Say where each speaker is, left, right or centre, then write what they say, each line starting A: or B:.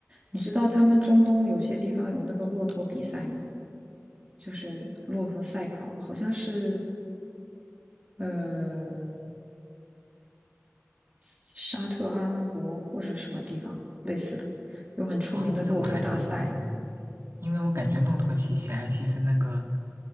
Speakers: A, on the right; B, on the right.
A: 你知道他们中东有些地方有那个骆驼比赛吗？就是骆驼赛跑，好像是呃沙特阿拉伯或者什么地方类似的，有很出名的骆驼大赛
B: 哦，这我还真不知道，因为我感觉骆驼骑起来其实那个